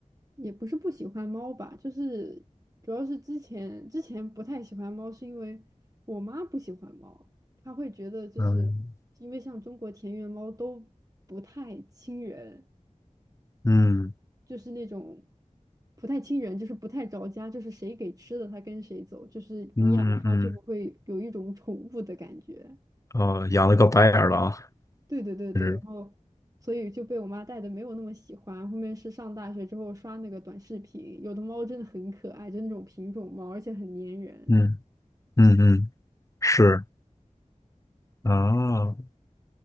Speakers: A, on the right (about 25°); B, on the left (about 25°).
A: 也不是不喜欢猫吧，就是主要是之前之前不太喜欢猫，是因为我妈不喜欢猫，她会觉得就是因为像中国田园猫都不太亲人，
B: 嗯嗯
A: 就是那种不太亲人，就是不太着家，就是谁给吃的它跟谁走，就是你养它就不会有一种宠物的感觉。
B: 嗯嗯嗯，哦，养了个白眼儿狼，
A: 对对对对，
B: 就是
A: 然后所以就被我妈带的没有那么喜欢。后面是上大学之后刷那个短视频，有的猫真的很可爱，就那种品种猫，而且很粘人。
B: 嗯嗯嗯，是啊，